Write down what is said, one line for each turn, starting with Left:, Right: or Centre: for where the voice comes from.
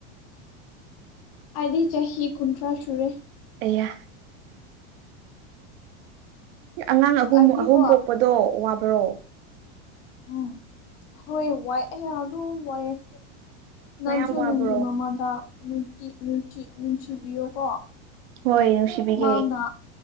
Left: ꯑꯩꯗꯤ ꯆꯍꯤ ꯀꯨꯟꯊ꯭ꯔꯥ ꯁꯨꯔꯦ
Right: ꯑꯌꯥ ꯑꯉꯥꯡ ꯑꯍꯨꯝ
Left: ꯑꯩꯗꯤꯀꯣ
Right: ꯑꯍꯨꯝ ꯄꯣꯛꯄꯗꯣ ꯋꯥꯕ꯭ꯔꯣ
Left: ꯎꯝ ꯍꯣꯏ ꯋꯥꯏ ꯑꯩꯌꯥ ꯑꯗꯨꯝ ꯋꯥꯏꯑꯦ ꯅꯪꯁꯨ
Right: ꯃꯌꯥꯝ ꯋꯥꯕ꯭ꯔꯣ
Left: ꯅꯪꯒꯤ ꯃꯃꯥꯗ ꯅꯨꯡꯇꯤ ꯅꯨꯡꯁꯤ ꯅꯨꯡꯁꯤꯕꯤꯌꯣ ꯀꯣ
Right: ꯍꯣꯏ ꯅꯨꯡꯁꯤꯕꯤꯒꯦ
Left: ꯃꯥꯅ